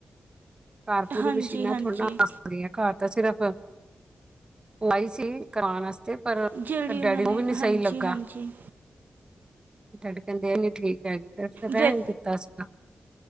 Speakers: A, on the right (about 25°); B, on the right (about 65°).
A: ਘਰ ਪੂਰੇ
B: ਹਾਂਜੀ
A: ਮਸ਼ੀਨਾਂ
B: ਹਾਂਜੀ
A: ਥੋੜ੍ਹੀ ਆ - ਜਾਦੀਆ ਘਰ ਤਾਂ ਸਿਰਫ਼, ਲਾਈ ਸੀ ਕਰਾਉਣ ਵਾਸ ਤੇ ਪਰ
B: ਜਿਹੜੀ
A: ਡੈਡੀ
B: ਉਹਨਾਂ ਨੇ
A: ਉਹ ਵੀ ਨੀ ਸਹੀ
B: ਹਾਂਜੀ
A: ਲੱਗਾ।
B: ਹਾਂਜੀ
A: ਡੈਡੀ ਕਹਿੰਦੇ ਇਹ ਨੀ ਠੀਕ ਹੈਗੀ, ਫਿਰ ਰਹਿਣ
B: ਵੇ
A: ਦਿੱਤਾ ਸੀਗਾ।